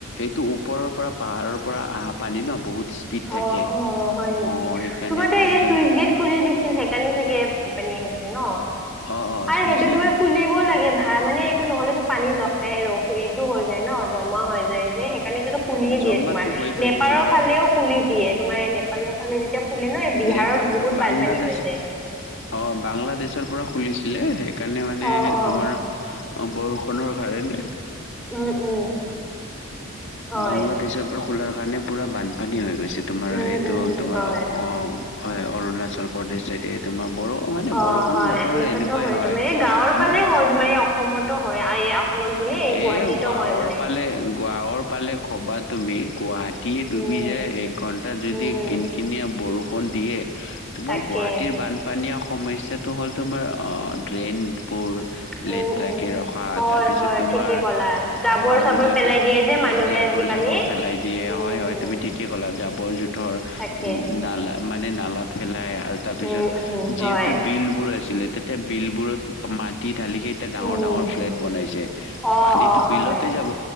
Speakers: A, on the left; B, in the centre.
A: এইটো ওপৰৰ পৰা পাহাৰৰ পৰা অহা পানী ন বহুত স্পীড থাকে
B: অ অ হয় নেকি
A: অ' সেইকাৰণে
B: তোমাৰটো
A: সাতজন
B: এই চুইচ গেট খুলি দিছ ছিল সেইকাৰণে চাগে বানপানী আহিছে ন
A: অ' অ'
B: আৰু
A: চুইচ
B: সেইটো
A: গেট
B: তোমাৰ খুলিবও লাগে। হাৰ মানে এইটো নহলেতো পানী <unintelligible> এইটো হৈ যায় ন জমা হৈ যায় যে কাৰণে খুলিযয়ে
A: জমাটো
B: দিয়ে তোমাৰ
A: হৈ থাকে
B: নেপালৰ
A: তোমাৰ
B: ফালেও খুলি দিয়ে তোমাৰ নেপালৰ ফালে যেতিয়া খুলে ন এই বিহাৰত
A: নেপ
B: বহুত বানপানী
A: বাংলাদেশ
B: হৈ যায়
A: অ বাংলাদেশৰ পৰা খুলিছিলে সেই সেইকাৰণে মানে
B: অ অ
A: তোমাৰ অ বৰষুণৰ কাৰণে
B: উম উম হয়
A: বাংলাদেশৰ পৰা খোলাৰ কাৰণে পুৰা বান পানী হৈ গৈছে তোমাৰ
B: উম
A: এইটো
B: উম
A: তোমাৰ
B: হয়
A: অ হয় অৰুণাচল প্ৰদেশ চাইদে, এই তোমাৰ বৰ মানে
B: অ
A: বৰষুণৰ
B: হয়
A: বতৰ
B: সেনেকুৱাতো
A: এনেকুৱাই
B: হয় তোমাৰ এই গাঁৱৰ
A: আমাৰ
B: ফালেও হয় তোমাৰ এই অসমতো হয় আৰু এই অসমত বোলে এই
A: এ
B: গুৱাহাটীতো
A: গাঁৱৰ
B: হয় মানে
A: পালে গাঁৱৰ পালে খবা তুমি গুৱাহাটীয়ে
B: উম
A: ডুবি যায়। এক ঘণ্টা যদি
B: উম
A: কিন কিনিয়া বৰষুণ দিয়ে, তোমাৰ
B: তাকে
A: গুৱাহাটীৰ বানপানী সমস্যাটো হ'ল তোমাৰ অ ড্ৰেইনবোৰ
B: উম
A: লেতেৰাকে
B: উম
A: ৰখা
B: হয়
A: তাৰপিছত
B: হয়
A: আৰু
B: ঠিকে ক'লা জাবৰ চাবৰ
A: যতে
B: পেলাই দিয়ে যে মানুহে
A: জীয়পৰ
B: আজিকালি
A: চাপৰ পেলাই দিয়ে
B: উম
A: হয় হয়
B: উম
A: তুমি ঠিকে লা জাবৰ জোথৰ উ
B: তাকে
A: নালা মানে নালাত ফেলাই আৰু তাৰপিছত
B: উম উম হয়
A: যিহেতু বিল বোৰ আছ ছিলে তেতিয়া বিল বোৰত মাটি ঢালিকে এতিয়া ডাঙৰ
B: উম
A: ডাঙৰ ফ্লেট বনাইছে।
B: অ
A: পানীতো
B: অ হয়।
A: বিলতে যাব